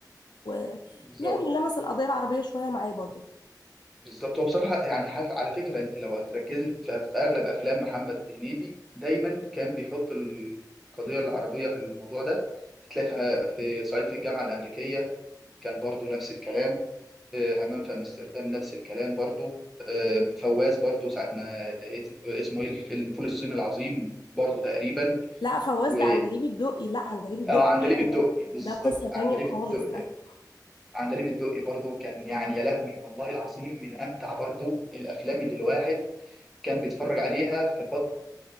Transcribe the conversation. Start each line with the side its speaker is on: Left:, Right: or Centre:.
Left: ويعني
Centre: بالظبط
Left: لمس القضيه العربيه شويه معاه برضو
Centre: بالظبط هو بصراحه يعني حاف- على فكره انت لو هتركزي في في اغلب افلام محمد هنيدي دايما كان بيحط القضيه العربيه في الموضوع ده هتلاقي في آه، في صعيدي في الجامعه الامريكيه كان برضو نفس الكلام آه، حمام في امستردام نفس الكلام برضو آه، فواز برضو ساعة ما اس- اسمه ايه الفيلم فول الصين العظيم برضو تقريبا
Left: لا فواز
Centre: و
Left: ده عندليب الدقي لا عندليب الدقي
Centre: اه عندليب
Left: ده
Centre: الدقي
Left: حاجه تانية
Centre: بالظبط
Left: ده قصه
Centre: عندليب
Left: تانية خالص
Centre: الدقي
Left: ده
Centre: عندليب الدقي برضو كان يعني يا لهوي والله العظيم من امتع برضو الافلام اللي الواحد كان بيتفرج عليها في فترة